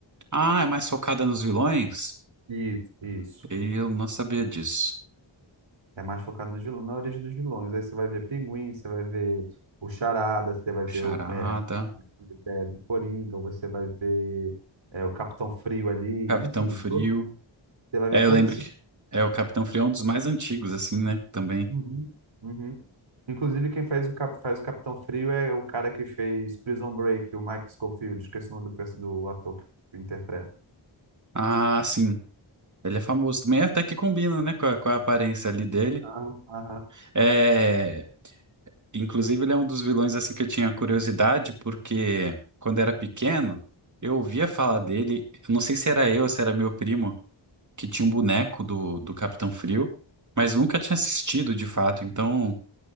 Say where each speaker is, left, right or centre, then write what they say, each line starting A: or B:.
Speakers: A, on the right; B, on the right.
A: Ah, é mais focada nos vilões?
B: Isso, isso.
A: Eu não sabia disso.
B: É mais focado nos vilões, na origem dos vilões. Aí você vai ver Pinguim, você vai ver o Charada, você vai
A: Charada.
B: ver o é, é, do Coringa, você vai ver é, o Capitão Frio ali,
A: Capitão
B: enfim,
A: Frio.
B: todo- você vai
A: É,
B: ver todos
A: eu lembro
B: esses.
A: que é o Capitão Frio é um dos mais antigos, assim, né? Também.
B: Uhum, uhum. Inclusive, quem faz o, cap, faz o Capitão Frio é o cara que fez Prison Break, o Mike Scofield, esqueci o nome do, perso- do ator que interpreta.
A: Ah, sim. Ele é famoso também, até que combina, né, com a, com a aparência ali dele.
B: Aham, aham.
A: É, inclusive, ele é um dos vilões, assim, que eu tinha curiosidade, porque quando era pequeno, eu ouvia falar dele. Eu não sei se era eu ou se era meu primo, que tinha um boneco do, do Capitão Frio, mas nunca tinha assistido de fato. Então,